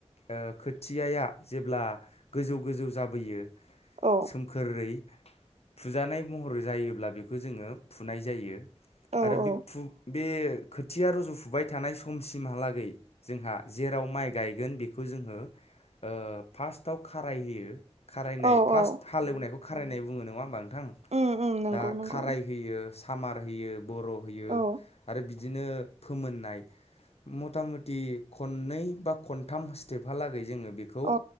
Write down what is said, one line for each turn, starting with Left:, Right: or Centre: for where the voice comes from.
Left: ओ खोथियाया जेब्ला गोजौ गोजौ जाबोयो।
Right: औ
Left: सोमखोरै फुजानाय महर। फोर जायोब्ला बेखौ जोङो फुनाय जायो
Right: औ
Left: आरो
Right: औ
Left: बे फुं। बे खोथिया रजुफुबाय थानाय समसिमहालागै जोंहा जेराव माइ गायगोन बेखौ। जोङो ओ फार्स्टआव खाराय होयो। खारायनाय
Right: औ
Left: फार्स्ट
Right: औ
Left: हालएवनायखौ खारायनाय बुङो नङा होमबा नोंथां।
Right: उम उम नंगौ
Left: दा
Right: नंगौ
Left: खाराय होयो सामार होयो बर' होयो
Right: औ
Left: आरो बि। दिनो फोमोननाय। मथा मथि खननै बा खनथाम स्टेपहालागै जोङो। बेखौ
Right: औ